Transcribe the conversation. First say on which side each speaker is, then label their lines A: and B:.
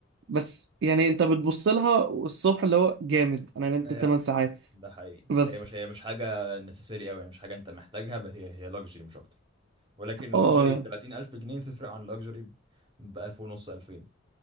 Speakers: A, on the right; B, on the right.
A: بس يعني انت بتبص لها الصبح اللي هو جامد انا نمت
B: هي
A: 8 ساعات
B: ده حقيقي
A: بس
B: هي مش هي مش حاجه نسيسري قوي مش حاجه انت محتاجها بس هي هي لاكجري مش اكتر ولكن لاكجري
A: اه
B: ب 30000 جنيه تفرق عن لاكجري ب 1000 ونص 2000